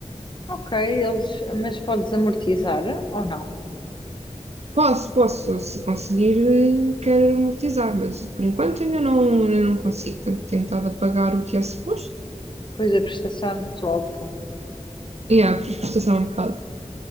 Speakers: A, on the left; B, on the right.
A: Ok, eles, mas podes amortizar ou não?
B: Posso, posso, se conseguir, eh, quero amortizar, mas por enquanto ainda não, ainda não consigo. Portanto, tenho estado a pagar o que é suposto.
A: Pois a prestação é muito alta.
B: E a prestação é um bocado.